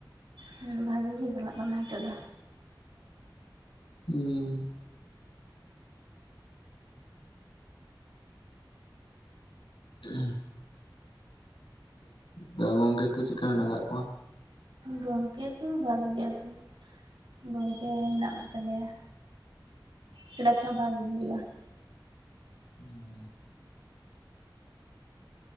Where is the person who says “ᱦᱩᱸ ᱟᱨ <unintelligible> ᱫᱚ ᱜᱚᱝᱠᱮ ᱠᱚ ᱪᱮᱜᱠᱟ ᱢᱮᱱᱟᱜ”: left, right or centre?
Left